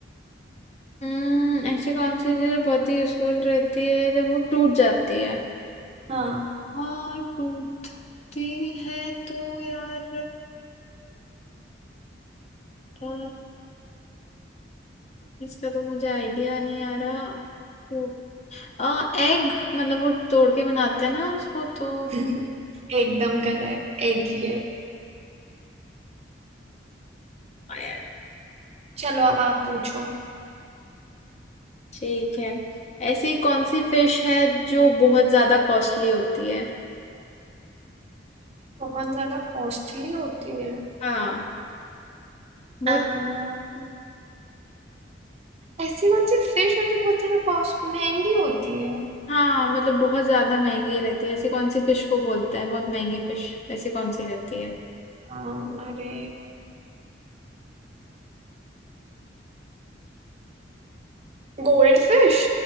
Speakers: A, on the left (about 35°); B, on the right (about 35°).
A: हम्म ऐसी कौन सी चीज बहुत ही यूजफुल रहती है जब वो टूट जाती है
B: हाँ
A: हाँ टूटती है तो यार अ, इसका तो मुझे आइडिया नहीं आ रहा टूट आ, एग मतलब वो तोड़ के बनाते हैं ना उसको तो
B: <laughs> एकदम करेक्ट एक ही है
A: हाँ
B: चलो अब आप पूछो
A: ठीक है ऐसी कौन सी फिश है जो बहुत ज्यादा कॉस्टली होती है
B: बहुत ज्यादा कॉस्टली होती है
A: हाँ बहुत
B: um, ऐसी कौन सी फिश है जो बहुत ज्यादा कॉस्ट महंगी होती है
A: हाँ मतलब बहुत ज्यादा महंगी रहती है ऐसी कौन सी फिश को बोलते हैं बहुत महंगी फिश ऐसी कौन सी रहती है
B: अम, अरे गोल्ड फिश